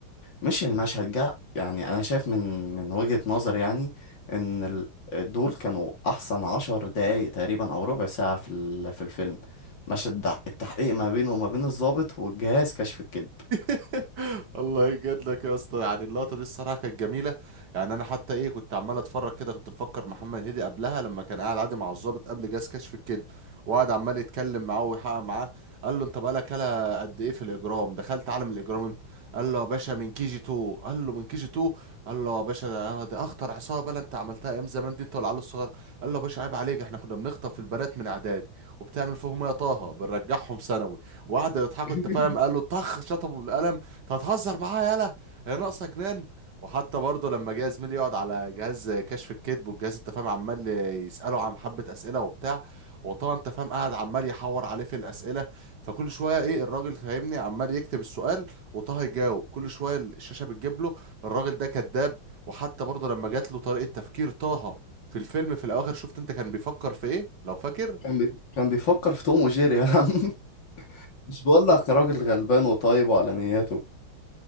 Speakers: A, on the left; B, on the right.
A: مش المشهد جه يعني انا شايف من من وجهة نظر يعني ان ال- دول كانوا احسن عشر دقايق تقريبا او ربع ساعة في ال- في الفيلم مشهد ده- التحقيق ما بينه وما بين الضابط والجهاز كشف الكذب
B: <laughs> الله يجد لك يا اسطى يعني اللقطه دي الصراحه كانت جميله يعني انا حتى ايه كنت عمال اتفرج كده كنت مفكر محمد هدي قبلها لما كان قاعد عادي مع الضابط قبل جهاز كشف الكذب وقعد عمال يتكلم معاه ويحقق معاه قال له انت بقالك هلا قد ايه في الاجرام دخلت عالم الاجرام امتى قال له يا باشا من كي جي 2 قال له من كي جي 2 قال له يا باشا ده, ده اخطر عصابه لا انت عملتها ايام زمان دي انت والعيال الصغير قال له يا باشا عيب عليك احنا كنا بنخطف البنات من اعدادي وبتعمل فيهم إيه يا طه بنرجعهم ثانوي وقعدوا يضحكوا
A: <laughs>
B: انت فاهم قال له طخ شطبه بالقلم انت هتهزر معاها يالا هي ناقصه جنان وحتى برضه لما جه زميلي يقعد على جهاز كشف الكذب والجهاز انت فاهم عمال يساله عن حبه اسئله وبتاع وطبعا انت فاهم قاعد عمال يحور عليه في الاسئله فكل شويه ايه الراجل فاهمني عمال يكتب السؤال وطه يجاوب كل شويه الشاشه بتجيب له الراجل ده كذاب وحتى برضه لما جات له طريقه تفكير طه في الفيلم في الاواخر شفت انت كان بيفكر في ايه لو فاكر
A: كان بي... كان بيفكر في توم وجيري يا عم <laughs> مش بقول لك راجل غلبان وطيب وعلى نياته